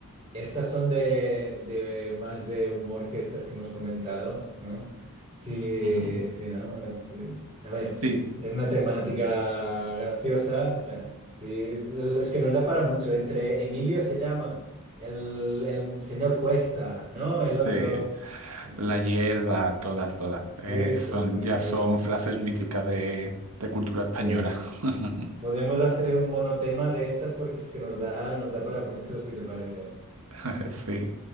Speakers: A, on the right (about 25°); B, on the right (about 75°).
A: Estas son de, de más de humor que estas que hemos comentado, ¿no? Sí,
B: Ujú.
A: sí, ¿no? Es, eh, a ver,
B: Sí,
A: es una temática graciosa. eh, sí, es, es que nos da para mucho. Entre Emilio se llama, el, el señor Cuesta, ¿no?
B: sí,
A: El otro. Este,
B: la hierba,
A: eh,
B: todas, todas. eh,
A: sí, sí,
B: son,
A: sí,
B: ya
A: qué
B: son
A: bueno.
B: frases míticas de, de cultura española.
A: Sí.
B: <laughs>
A: Podemos hacer un monotema de estas porque es que nos da, nos da para mucho, si te parece.
B: <laughs> Sí.